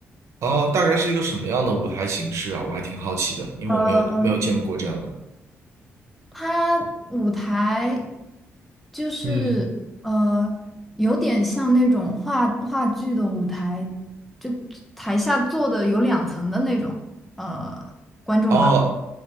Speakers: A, on the right; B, in the centre.
A: 啊，大概是一个什么样的舞台形式啊？我还挺好奇的，因为我没有没有见过这样的。
B: 呃它舞台就是呃，
A: 嗯，
B: 有点像那种话话剧的舞台，就台下坐的有两层的那种呃观众啦，
A: 哦，